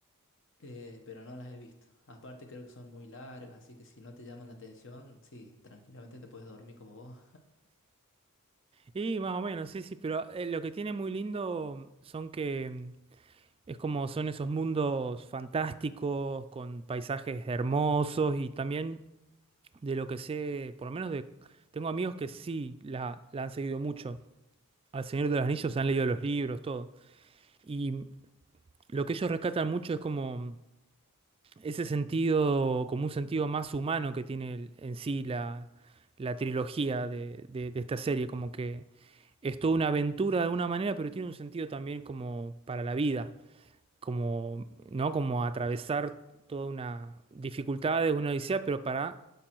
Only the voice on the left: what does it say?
Eh, pero no las he visto. Aparte creo que son muy largas, así que si no te llaman la atención, sí, tranquilamente te puedes dormir como vos.